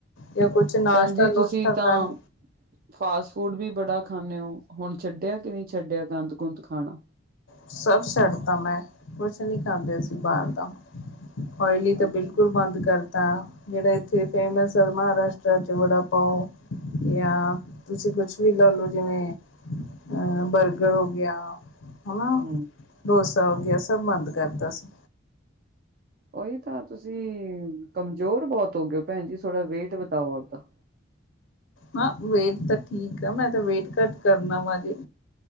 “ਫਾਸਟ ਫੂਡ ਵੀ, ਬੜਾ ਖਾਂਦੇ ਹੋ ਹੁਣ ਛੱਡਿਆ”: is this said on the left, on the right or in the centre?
Right